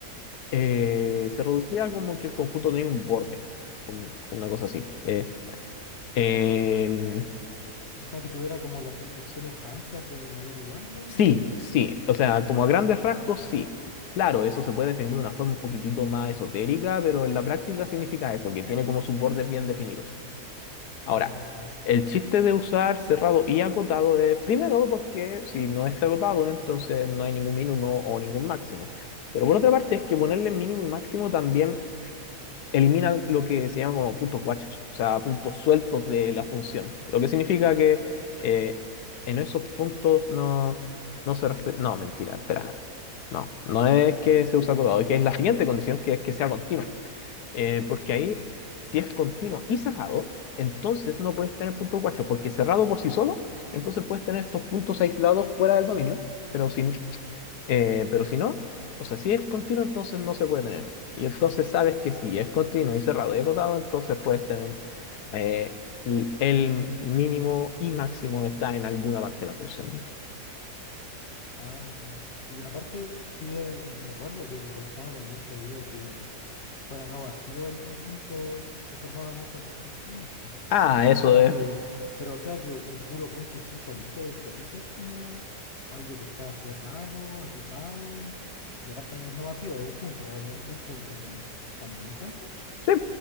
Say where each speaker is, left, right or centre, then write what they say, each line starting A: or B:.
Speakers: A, on the left; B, on the left.
A: eh, se reducía como que el conjunto tenía un borde, un- una cosa así. Eh, em,
B: O sea, que tuviera como las restricciones amplias de mayor igual, igual,
A: sí,
B: menor igual.
A: sí, o sea, como a grandes rasgos, sí. Claro, eso se puede definir de una forma un poquitito más esotérica, pero en la práctica significa esto, que tiene como sus bordes bien definidos. Ahora,
B: Ah, claro.
A: el chiste de usar cerrado y acotado es primero porque si no está acotado, entonces no hay ningún mínimo o ningún máximo. Pero por otra parte es que ponerle mínimo y máximo también elimina lo que se llama como puntos guachos, o sea, puntos sueltos de la función. Lo que significa que eh, en esos puntos no, no se respeta. No, mentira, espera. No, no es que se usa acotado, es que es la siguiente condición que es que sea continuo. Eh, porque ahí, si es continuo y cerrado, entonces no puedes tener puntos guachos, porque cerrado por sí solo, entonces puedes tener estos puntos aislados fuera del dominio, pero si, eh, pero si no, o sea, si es continuo, entonces no se puede tener eso. Y entonces sabes que si es continuo y cerrado y acotado, entonces puedes tener eh, l- el mínimo y máximo está en alguna parte de la función.
B: Ah, y aparte pide, me acuerdo que el Bolzano también pedía que fuera no vacío el conjunto que formaban esas restricciones. po.
A: Ah, eso
B: O sea
A: es
B: que, pero o sea que un puro punto así solito puede ser como algo que está cerrado, acotado. Y aparte no es no vacío, es un punto, va a tener un punto al menos. ¿También cuenta?
A: Sí,